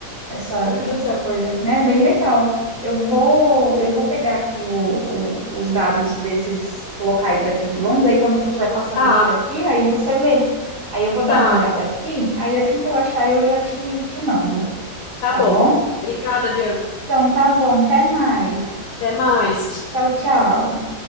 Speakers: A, on the right (about 50°); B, on the left (about 70°).
A: essa,
B: Ai, que legal.
A: essa coisa, né? É Bem legal. Eu vou, eu vou pegar aqui o- o- os dados desses locais daqui de Londres, aí quando você estiver passando
B: Tá,
A: por aqui, aí você vê. Aí eu vou dar
B: tá,
A: uma olhada aqui, aí assim que eu achar eu já te, te mando,
B: tá
A: tá
B: bom.
A: bom?
B: Obrigada, Bianca.
A: Então tá bom, até mais.
B: Até mais.
A: Tchau, tchau.
B: Tchau.